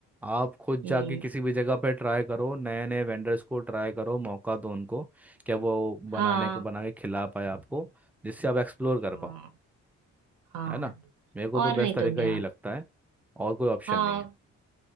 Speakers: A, in the centre; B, on the right.
A: आप खुद
B: हम्म
A: जाके किसी भी जगह पे ट्राई करो नए नए वेंडर्स को ट्राई करो मौका दो उनको क्या वो बनाने
B: हाँ
A: को बना के खिला पाए आपको जिससे आप एक्सप्लोर कर
B: हाँ
A: पाओ
B: हाँ
A: है ना मेरे को
B: और
A: तो बेस्ट
B: नहीं
A: तरीका
B: तो क्या
A: यही लगता है और कोई ऑप्शन
B: हाँ
A: नहीं है